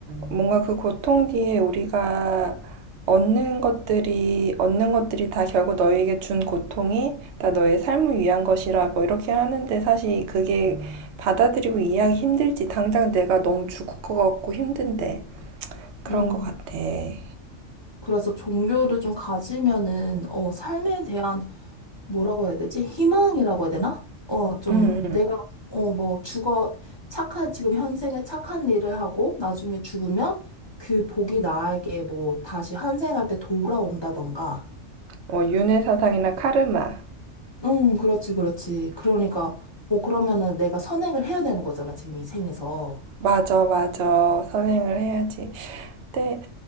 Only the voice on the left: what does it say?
음.
그래서 종교를 좀 가지면은, 어, 삶에 대한 뭐라고 해야 되지? 희망이라고 해야 되나? 어, 좀
내가 어, 뭐 죽어 착한 지금 현생에 착한 일을 하고 나중에 죽으면 그 복이 나에게 뭐 다시 환생할 때 돌아온다던가.
응, 그렇지, 그렇지. 그러니까 뭐 그러면은 내가 선행을 해야 되는 거잖아, 지금 이 생에서.